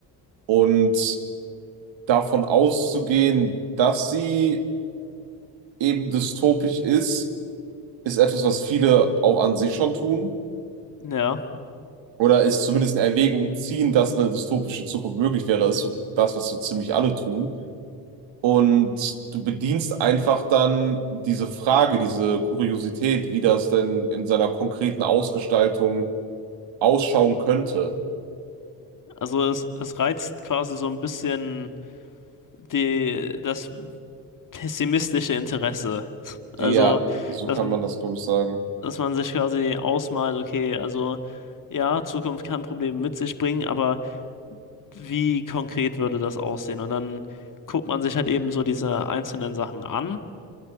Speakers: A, on the right; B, on the left.
A: Und davon auszugehen, dass sie eben dystopisch ist, ist etwas, was viele auch an sich schon tun.
B: ja.
A: Oder ist zumindest in Erwägung ziehen, dass eine dystopische Zukunft möglich wäre, ist so das, was so ziemlich alle tun. Und du bedienst einfach dann diese Frage, diese Kuriosität, wie das denn in seiner konkreten Ausgestaltung ausschauen könnte.
B: Also es, es reizt quasi so ein bisschen die, das pessimistische Interesse. Also,
A: Ja, so
B: dass,
A: kann
B: m-
A: man das, glaube ich, sagen.
B: dass man sich quasi ausmalt, okay, also ja, Zukunft kann Probleme mit sich bringen, aber wie konkret würde das aussehen? Und dann guckt man sich halt eben so diese einzelnen Sachen an